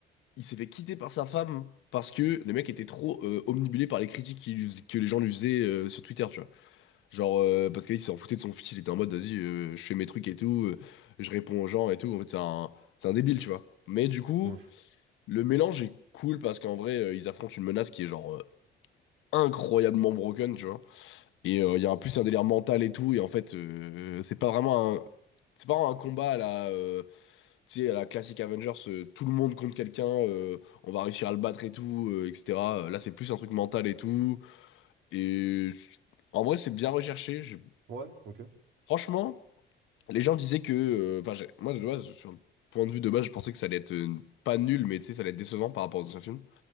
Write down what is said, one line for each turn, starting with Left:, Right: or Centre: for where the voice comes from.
Left: il s'est fait quitter par sa femme parce que le mec était trop euh, omnibulé par les critiques qu'il lui fais- que les gens lui faisaient euh, sur Twitter, tu vois. Genre, euh, parce qu'il s'en foutait de son fils, il était en mode, vas-y, euh, je fais mes trucs et tout, euh, je réponds aux gens et tout. En fait, c'est un, c'est un débile, tu vois. Mais du coup.
Right: hmm.
Left: Le mélange est cool parce qu'en vrai, euh, ils affrontent une menace qui est genre euh, incroyablement broken, tu vois. Et euh, il y a en plus un délire mental et tout. Et en fait, euh, c'est pas vraiment un. C'est pas un combat à la, euh, tu sais, à la classique Avengers, euh, tout le monde contre quelqu'un, euh, on va réussir à le battre et tout, euh, etc. Euh, Là, c'est plus un truc mental et tout. Et je- en vrai, c'est bien recherché. Je-
Right: Ouais, ok,
Left: Franchement, les gens disaient que. euh, Enfin, j'ai- moi, de base, sur le point de vue de base, je pensais que ça allait être euh, pas nul, mais tu sais, ça allait être décevant par rapport aux anciens films.